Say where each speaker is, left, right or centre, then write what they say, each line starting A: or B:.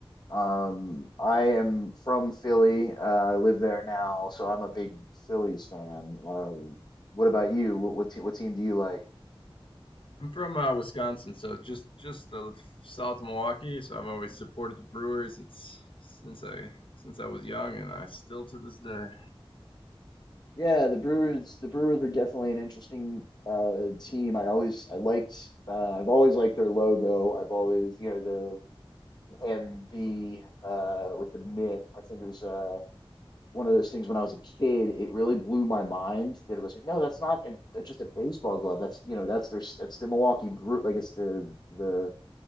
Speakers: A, on the left (about 45°); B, on the left (about 60°).
A: Um, I am from Philly. Uh, I live there now, so I'm a big Phillies fan. Uh, what about you? What what, te what team do you like?
B: I'm from uh, Wisconsin, so just just uh, south of Milwaukee. So I've always supported the Brewers. It's since I since I was young, and I still to this day.
A: Yeah, the Brewers, the Brewers are definitely an interesting uh team. I always I liked uh I've always liked their logo. I've always, you know, the MB uh with the mitt. I think it was uh one of those things when I was a kid, it really blew my mind that it was like, no, that's not a, that's just a baseball glove. That's, you know, that's their s- that's the Milwaukee Brew like it's the the